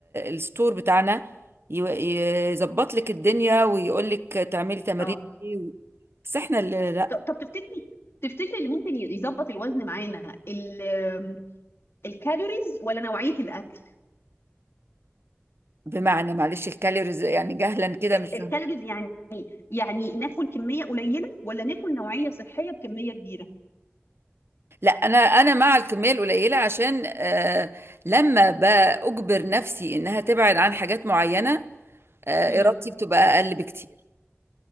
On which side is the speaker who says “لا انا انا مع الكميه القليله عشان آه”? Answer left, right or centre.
Right